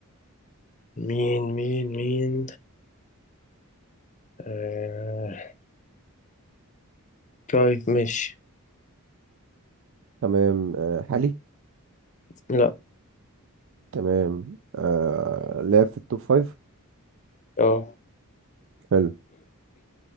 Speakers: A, on the left (about 35°); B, on the right (about 60°).
A: مين مين مين آه طيب ماشي
B: تمام آه، حالي
A: لا
B: تمام آه، لعب في التوب فايف
A: اه
B: حلو